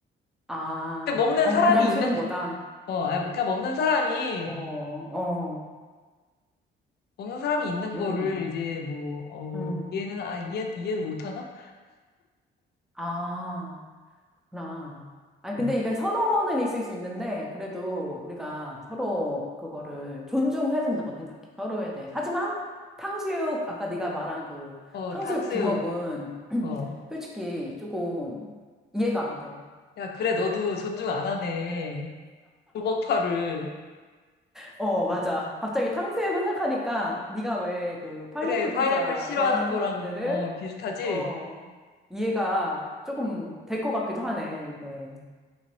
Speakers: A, in the centre; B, on the left.
A: 아,
B: 근데 먹는
A: 어,
B: 사람이
A: 그냥
B: 있는,
A: 싫은 거다.
B: 어, 아, 그러니까 먹는 사람이,
A: 어, 어,
B: 먹는 사람이 있는
A: 음,
B: 거를 이제 뭐,
A: 음.
B: 어, 이해는, 아, 이해, 이해도 못하나?
A: 아. 나. 아니, 근데
B: 음.
A: 이게 선호는 있을 수 있는데, 그래도 우리가 서로 그거를 존중해야 된다고 생각해. 서로에 대해. 하지만, 탕수육, 아까 네가 말한 그
B: 어,
A: 탕수육
B: 탕수육,
A: 부먹은 <clears throat>
B: 어.
A: 솔직히 조금 이해가 안 돼.
B: 야, 그래, 너도 존중 안 하네. 주먹파를.
A: 어, 맞아. 갑자기 탕수육을 생각하니까 네가 왜 그 파인애플
B: 그래, 파인애플
A: 피자
B: 싫어하는
A: 좋아하는 사람들을,
B: 거랑, 어, 비슷하지?
A: 어, 이해가 조금 될 것 같기도 하네, 이게.